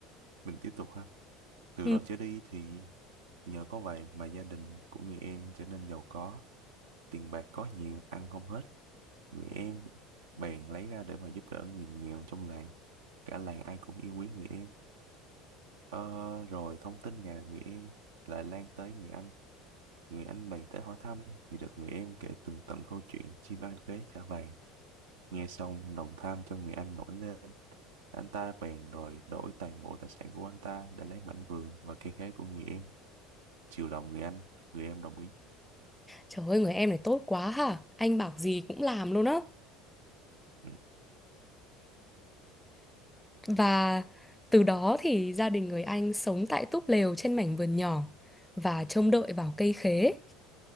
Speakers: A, on the right (about 75°); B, in the centre.
A: mình tiếp tục ha. Từ
B: Ừ.
A: đó trở đi thì nhờ có vàng mà gia đình của người em trở nên giàu có, tiền bạc có nhiều, ăn không hết. Người em bèn lấy ra để mà giúp đỡ người nghèo trong làng. Cả làng ai cũng yêu quý người em. Ờ, rồi thông tin nhà người em lại lan tới người anh. Người anh bèn tới hỏi thăm thì được người em kể tường tận câu chuyện chim ăn khế trả vàng. Nghe xong lòng tham trong người anh nổi lên. Anh ta bèn đòi đổi toàn bộ tài sản của anh ta để lấy mảnh vườn và cây khế của người em. chiều lòng người anh người em đồng ý
B: Trời ơi người em này tốt quá hả? Anh bảo gì cũng làm luôn á.
A: ừ.
B: Và từ đó thì gia đình người anh sống tại túp lều trên mảnh vườn nhỏ và trông đợi vào cây khế.